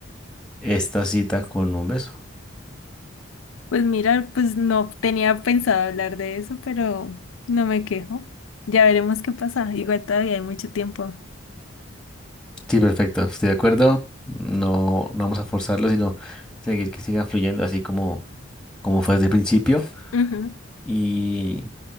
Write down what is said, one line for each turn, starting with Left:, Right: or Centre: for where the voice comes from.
Centre: esta cita con un beso.
Left: Pues mira, pues no tenía pensado hablar de eso, pero no me quejo. Ya veremos qué pasa. Igual todavía hay mucho tiempo.
Centre: Sí, perfecto, estoy de acuerdo. No, no vamos a forzarlo, sino seguir que siga fluyendo así como, como fue desde el principio
Left: Ujú,
Centre: y,